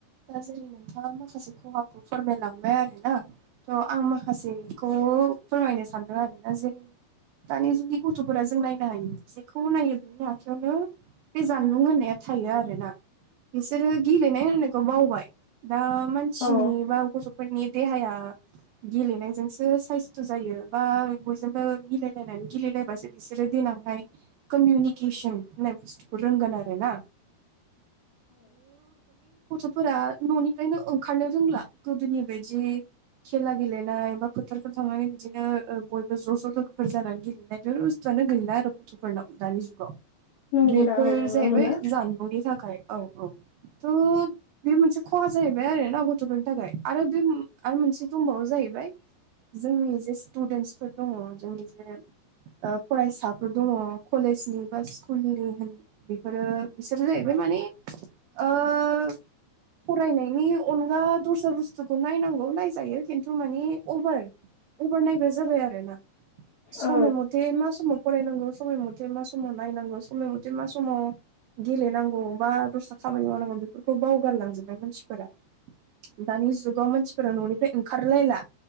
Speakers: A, on the right; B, on the left.
A: दा जेरै नोंथाङा माखासे खहाखौ फोरमायलांबाय आरो ना। औ आं माखासेखौ फोरमायनो सानदों आरोना जेरै दानि जुगनि गथ'फोरा जों नायनो हायो जेखौ नायो बिनि आखायावनो बे जानबुं होननाया थायो आरोना। बिसोरो गेलेनाय होननायखौ बावबाय दा मानसिनि
B: औ
A: बा गथ'फोरनि देहाया गेलेनायजोंसो साइस्थ' जायो बा बयजोंबो मिलायलायनानै गेलेलायबासो बिसोरो देनांहाय कामिउनिकेसोन होननाय बुस्थुखौ रोंगोन आरो ना। फोरा न'निफ्रायनो ओंखारनो रोंला गोदोनि बायदि खेला गेलेनाय बा फोथारफोर थांनानै बिदिनो ओ बयबो ज' ज' लोगोफोर जानानै गेलेनाय बेफोर बुस्टुयानो गैला आरो गथ'फोरनाव दानि जुगाव।
B: नंगौ
A: बेफोर
B: दा औ नुनो
A: जाहैबाय
B: मोनो
A: जानबुंनि थाखाय औ औ थ' बे मोनसे खहा जाहैबाय आरो ना गथ'फोरनि थाखाय आरो बे आरो मोनसे दंबावो जाहैबाय जोंनि जे स्टुडेन्टसफोर दङ जोंनि जे ओ फरायसाफोर दङ कलेजनि बा स्कुलनि होन बेफोरो बिसोरो जाहैबाय माने ओ फरायनायनि अनगा दस्रा बुस्थुखौ नायनांगौ नायजायो खिन्थु माने अभार अभार नायग्रा जाबाय आरोना समाय
B: औ
A: मथे मा समाव फरायनांगौ समाय मथे मा समाव नायनांगौ समय मथे मा समाव गेलेनांगौ बा दस्रा खामानि मावनांगौ बेफोरखौ बावगारलांजोबबाय मानसिफोरा। दानि जुगाव मानसिफोरा न'निफ्राय ओंखारलायला।